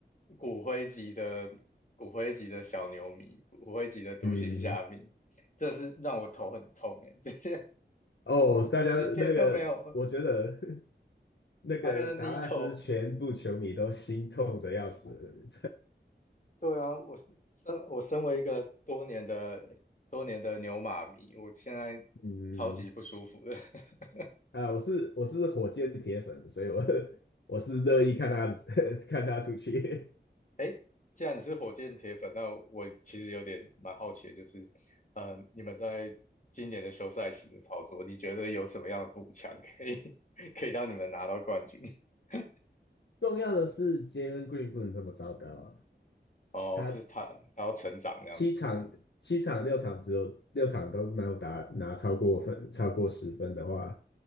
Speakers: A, on the left; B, on the left.
A: 骨灰级的骨灰级的小牛迷，骨灰级的独行侠迷，
B: 嗯，
A: 这是让我头很痛哎，这些 <laughs>
B: 哦，
A: 我们直直接就没有
B: 大家那个我觉得 <laughs> 那个达拉斯全部球迷都心痛的要死，
A: Iron Nico，对啊，我是身我身为一个多年的多年的牛马迷，我现在超级不舒服的。
B: <laughs> 嗯，
A: <laughs>
B: 啊，我是我是火箭铁粉，所以我 <laughs> 我是乐意看他 <laughs> 看他出去。
A: 哎既然你是火箭铁粉，那我其实有点蛮好奇的，就是，嗯、你们在今年的休赛期的操作，你觉得有什么样的补强可以 <laughs> 可以让你们拿到冠军？<laughs>
B: <laughs> 重要的是，Jalen Green 不能这么糟糕啊！
A: 哦，
B: 他
A: 这是他他要成长这样子。
B: 七场七场六场只有六场都没有打拿超过分超过十分的话，